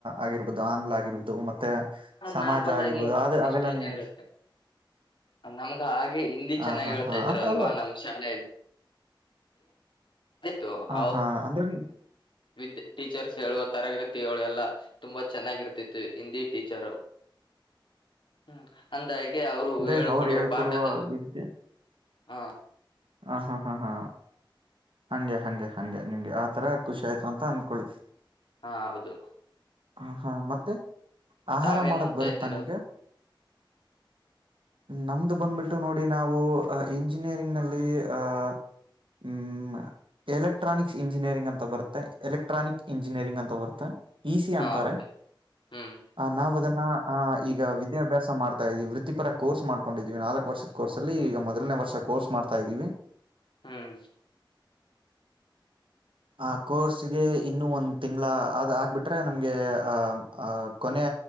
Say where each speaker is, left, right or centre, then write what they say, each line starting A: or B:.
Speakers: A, on the right; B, on the left.
A: ಆಗಿರ್ಬೋದು ಆಂಗ್ಲ ಆಗಿರ್ಬೋದು ಮತ್ತೆ ಸಮಾಜ
B: ನಾರ್ಮಲ್
A: ಆಗಿರ್ಬೋದು
B: ಆಗಿ
A: ಅ ಅವೆಲ್ಲ
B: ಎಷ್ಟುರುತ್ತೆ
A: ನಿಮ್ಗೆ
B: ನಮ್ಗ ಹಾಗೆ ಹಿಂದಿ
A: ಹ
B: ಚೆನ್ನಾಗ್
A: ಹಾ
B: ಹೇಳ್ತಾ
A: ಹಾ
B: ಇದ್ರ
A: ಅಂತವಲ್ಲ
B: ಅಲ್ವಾ ನಮ್ಮ್ ಶಾಲೆಯಲ್ಲಿ ಕ್ಲ
A: ಹ ಹಾ ಅಂದ್ರೆ
B: ವಿದ್ಯ ಟೀಚರ್ಸ್ ಹೇಳುವ ತರಗತಿ ಹೇಳು ಎಲ್ಲಾ ತುಂಬಾ ಚೆನ್ನಾಗಿರ್ತಿತ್ತು ಹಿಂದಿ ಟೀಚಾರ ಹ್ಮ ಅಂದ ಹಾಗೆ ಅವ್ರು
A: ಅಂದ್ರೆ
B: ಹೇಳೇಳ್
A: ಅವ್ರು
B: ಕೊೊಡುವ
A: ಹೇಳ್ಕೊಡುವ
B: ಪಾಠದ
A: ವಿದ್ಯೆ
B: ಹಾ
A: ಹ ಹಾ ಹಾ ಹಾ ಹಂಗೆ ಹಗೆ ಹಗೆ ನಿಮ್ಗೆ ಆ ತರ ಖುಷಿ ಆಯ್ತು ಅ ಅಂದಕೊಳ್ತೀವಿ
B: ಹಾ ಹೌದು
A: ಹ ಹಾ ಮತ್ತೆ ಆಹಾರ
B: ತಾವೇನ್
A: ಮಾಡಕ್
B: ಓದ್ತಾ
A: ಬರುತ್ತಾ
B: ಇದ್ದೀರಾ
A: ನಿಮ್ಗೆ ನಮ್ದು ಬಂದ್ಬಿಟ್ಟು ನೋಡಿ ನಾವು ಇಂಜಿನಿಯರಿಂಗ್ ಲ್ಲಿ ಆ ಹ್ಮ ಎಲೆಕ್ಟ್ರಾನಿಕ್ ಇಂಜಿನಿಯರಿಂಗ್ ಅಂತ ಬರುತ್ತೆ ಎಲೆಕ್ಟ್ರಾನಿಕ್ ಇಂಜಿನಿಯರಿಂಗ್ ಅಂತ ಬರುತ್ತೆ ಈಸಿ
B: ಹಾ
A: ಅಂತಾರೆ
B: ಹೌದು ಹ್ಮ್
A: ನಾವು ಅದನ್ನು ಈಗ ವಿದ್ಯಾಭ್ಯಾಸ ಮಾಡ್ತಾ ಇದ್ವಿ ವೃತ್ತಿಪರ ಕೋರ್ ಮಾಡ್ಕೊಂಡಿದ್ವಿ ನಾಲ್ಕ ವರ್ಷ ಕೋರ್ ಅಲ್ಲಿ ಈಗ ಮೊದಲನೇ ವರ್ಷ ಕೋರ್ಸ್ ಮಾಡ್ತಾ ಇದ್ದೀವಿ
B: ಹ್ಮ್
A: ಆ ಕೋರ್ಸ್ಗೆ ಇನ್ನು ಒಂದ್ ತಿಂಗಗಳ ಅದ್ ಆಗ್ಬಿಟ್ರೆ ನಮ್ಗೆ ಆ ಕೊನೆಯ